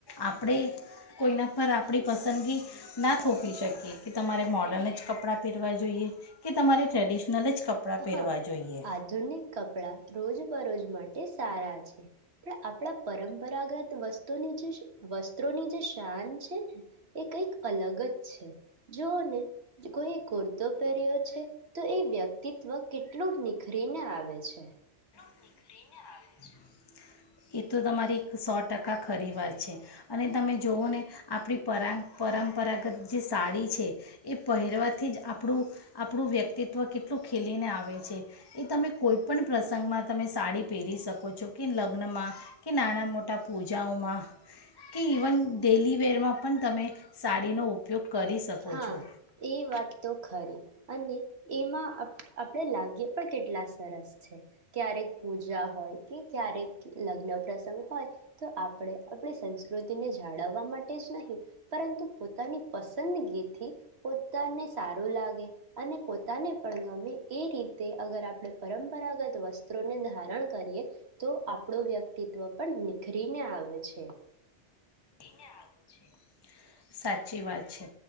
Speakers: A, on the left; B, on the right.
A: આપણે કોઈના પર આપણી પસંદગી ના થોપી શકીએ કે તમારે મોર્ડર્ન જ કપડાં પહેરવાં જોઈએ કે તમારે ટ્રેડિશનલ જ કપડાં પહેરવા
B: હા
A: જોઈએ
B: આધુનિક કપડા રોજ બરોજ માટે સારા છે <inaudible> પણ આપણા પરમ રાગત વસ્ત્રુની જે વસ્ત્રોની જે શાન છે ને એ કંઈક અલગ જ છે. જોને કોઈ કુર્તો પહેર્યો છે તો એ વ્યક્તિ વ કેટલું નિખરીને આવે છે.
A: નિખારીને આવે છે એ તો તમારી સો ટકા ખરી વાર છે. અને તમે જોવોને આપણી પરા પરંપરાગત જે સાડી છે એ પહેરવાથી જ આપણું આપણું વ્યક્તિત્વ કેટલું ખીલીને આવ આવે છે. એ તમે કોઈપણ પ્રસંગમાં તમે સાડી પહેરી શકો છો કે લગ્નમાં કે નાના મોટા પૂજાઓમાં કે ઇવન ડેલીવેરમાં પણ તમે સાડીનો ઉપયોગ કરી શકો
B: હા
A: છો
B: એ વાત તો ખરી અને એમાં આપ આપણેે લાગી પણ કેટલા સરસ છે ક્યારેક પૂજા હોય કે ક્યારેક લગ્ન પ્રસંગ હોય તો આપણે આપણી સંસ્કૃતિને જાળવવા માટે જ નહીં પરંતુ પોતાની પસંદગી પોતાને સારું લાગે અને પોતાને પણ ગમે એ રીતે અગર આપણે પરંપરાગત વસ્ત્રોને ધારણ કરીએ તો આપણું વ્યક્તિત્વ પણ નિખરીને આવે છે.
A: ને આવે છે. સાચી વાત છે